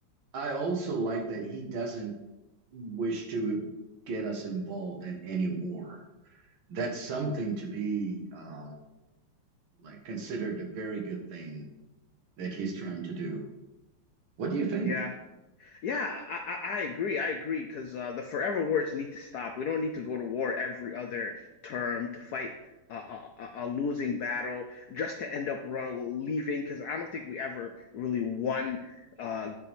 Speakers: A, on the right; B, on the left.
A: I also like that he doesn't wish to get us involved in any war. That's something
B: hmm
A: to be uh, like considered a very good thing that
B: Yeah.
A: he's trying to do. What do you think?
B: Yeah. Yeah, I, I, I agree. I agree because uh, the forever wars need to stop. We don't need to go to war every other term to fight a, a, a a losing battle just to end up ru- leaving. Because I don't think we ever really won uh,